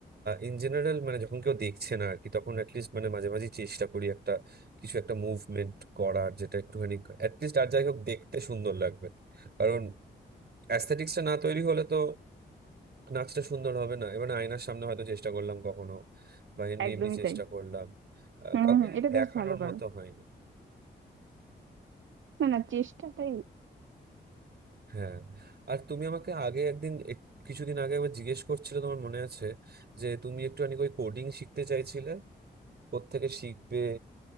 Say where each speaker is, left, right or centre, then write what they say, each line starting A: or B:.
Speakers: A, on the right; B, on the right.
A: ইন জেনারেল মানে যখন কেউ দেখছে না আর কি তখন অ্যাটলিস্ট মানে মাঝে মাঝে চেষ্টা করি একটা কিছু একটা মুভমেন্ট করার যেটা একটুখানি অ্যাটলিস্ট আর যাই হোক দেখতে সুন্দর লাগবে কারণ অ্যাস্থেটিক্সটা না তৈরি হলে তো নাচটা সুন্দর হবে না এবার আয়নার সামনে হয়তো চেষ্টা করলাম কখনো বা এমনি
B: একদমই
A: এমনি চেষ্টা
B: তাই
A: করলাম আহ,
B: হুম
A: কাউকে
B: হুম, এটা
A: দেখানোর
B: বেশ ভালো করো
A: মতো হয়নি
B: না না চেষ্টাটাই
A: হ্যাঁ আর তুমি আমাকে আগে একদিন এক- কিছুদিন আগে একবার জিজ্ঞেস করছিলে তোমার মনে আছে যে তুমি একটুখানি ওই কোডিং শিখতে চাইছিলে কোত্থেকে শিখবে